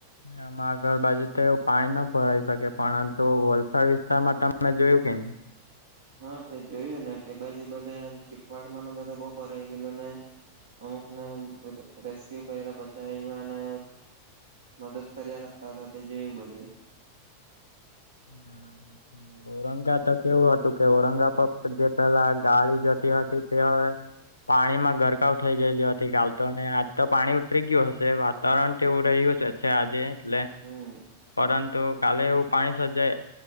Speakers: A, on the left; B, on the right.
A: એ આગળ બાજુ તો એવું પાણી ન ભરાઈ શકે પરંતુ વલસાડ વિસ્તારમાં તમે જોયું કેને
B: હા તે જોયું ને બાજુ બધે આમ ચીકવાડ માન બધે બઉુ ભરાઈ ગયેલું ને અમુક ને રેસ્ક્યુ કરીને બચાવયાને મદદ કરી આપતા હતા તે જોયું બધું
A: બરાબર ઔરંગા તો કેવું હતું કે ઔરંગા પર જે પેલા ગાડી જતી હતી તે હવે પાણી માં ગરકાવ થઈ ગયેલી હતી કાલ તો ને આજ તો પાણી ઉતરી ગયું હશે વા તાવરણ તે એવું રહ્યું જ છે આજે એટલે
B: હમ
A: પરંતુ કાલે એવું પાણી